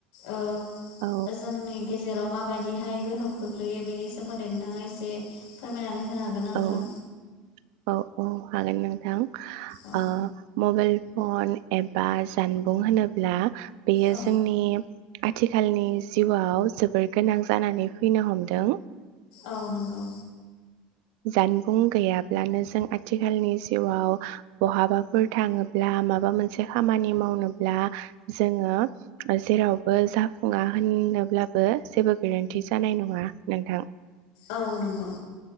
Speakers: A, on the left; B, on the right.
A: ओ
B: औ
A: जोंनि गेज जेराव माबाद बिदिहाय गोहोम खोख्लैयो बेनि सोमोन्दै नोंथाङा एसे फोरमायनानै होनो हागोन ना नोंथां?
B: औ औ औ औ। हागोन नोंथां।
A: औ
B: ओ मबाइल फन एबा जानबुं होनोब्ला बेयो
A: औ
B: जोंनि आथिखालनि जिउआव जोबोर गोनां जानानै फैनो हमदों।
A: औ नंगौ।
B: जानबुं गैयाब्लानो जों आथिखालनि जिउआव बहाबाफोर थाङोब्ला माबा मोनसे खामानि मावनोब्ला जोङो जेरावबो जाफुङा होनोब्लाबो जेबो गोरोन्थि जानाय नङा नोंथां।
A: औ नोंगौ।